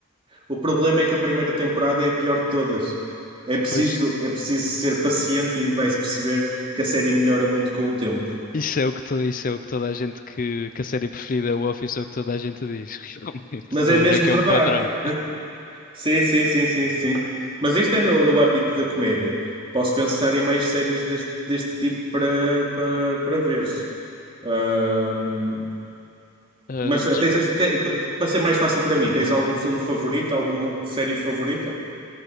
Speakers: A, on the right; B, on the left.
A: O problema é que a primeira temporada é a pior de todas. É preciso,
B: Pois,
A: é preciso ser paciente e vai-se perceber que a série melhora muito com o tempo.
B: isso é o que, to, isso é o que toda a gente que, que a série preferida é o Office, é o que toda a gente diz. <laughs> Realmente,
A: Mas
B: estou
A: é mesmo
B: a ver que
A: verdade.
B: é um padrão.
A: Sim, sim, sim, sim, sim. Mas este é no, no âmbito da comédia. Posso pensar em mais séries deste, deste tipo para, para, para veres. Ahm,
B: Ah,
A: mas
B: mas,
A: tens, te- para ser mais fácil para mim, tens algum filme favorito, alguma série favorita?